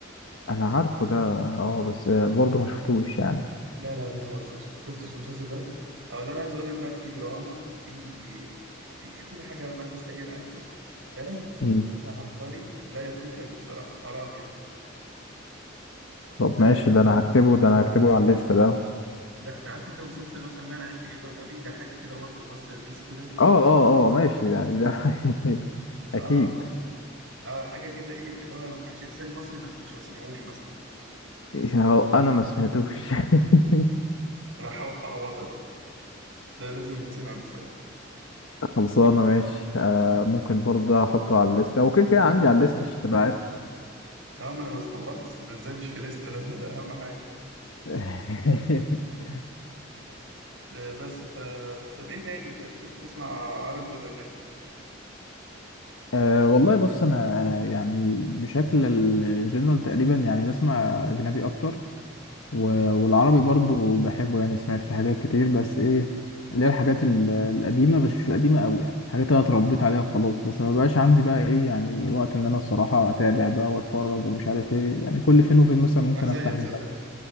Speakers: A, on the left (about 85°); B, on the right (about 80°).
A: انا عارفه ده اه بس آه، برضه ما شفتوش يعني
B: لا لا بتهزر شفتش المسلسل ده اه ده انا عايز اقول لك بقى في دراما في في في كل حاجه ما تشتهي الانفس ده لازم تشوفه
A: مم.
B: ده ده عبقري لا يفوتك بصراحه حرام يعني
A: طب
B: لا
A: ماشي
B: لا لا
A: ده انا هكتبه ده انا هكتبه على الليسته ده اه
B: ده, ده عارف انت مسلسل مثلا اللي انا عايش في جلباب ابي ده حاجه كده برضو ماستر بيس كده
A: اه اه ماشي يعني ده <laughs>
B: اه
A: اكيد
B: اه حاجه كده ايه اللي هو ما ينفعش انسان مصري ما يكونش ما سمعوش مثلا
A: اه، انا ما سمعتوش <laughs>
B: انا حاول تعوضها بقى ده لازم يتسمع بصراحه
A: خلصانة ماشي آه ممكن برضه أحطه على الليستة وكده كده عندي على الليستة عشان تبقى عارف
B: اه ما انا بستغربت ده ازاي مش في ليست ده, ده, ده اهم حاجه
A: <laughs>
B: لا، بس ف طب ايه تاني انت تحب تسمع عربي ولا اجنبي تاني
A: أه والله بص انا يعني بشكل الجنرال تقريبا يعني بسمع اجنبي اكتر و-
B: امم
A: والعربي برضو بحبه يعني سمعت في حاجات كتير بس ايه اللي هي الحاجات ال- القديمه بس مش القديمه قوي يعني الحاجات اللي انا اتربيت عليها وخلاص بس ما بقاش عندي بقى ايه يعني وقت ان انا الصراحه اتابع بقى واتفرج ومش عارف ايه يعني كل فين وفين مثلا ممكن
B: انا زيك
A: افتح مسلسل
B: صدق